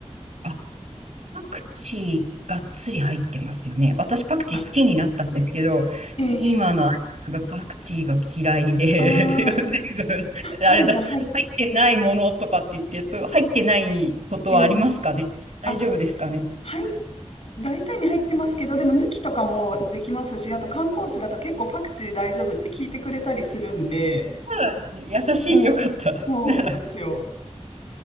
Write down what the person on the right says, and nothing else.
あパクチーがっつり入ってますよね。私パクチー好きになったんですけど、
今の相方がパクチーが嫌いで、<laughs>
全
部、あれだ、
入ってないものとかって言って、そう、入ってないことはありますかね大丈夫ですかね
ならですね、優しい、
よかった。
なら、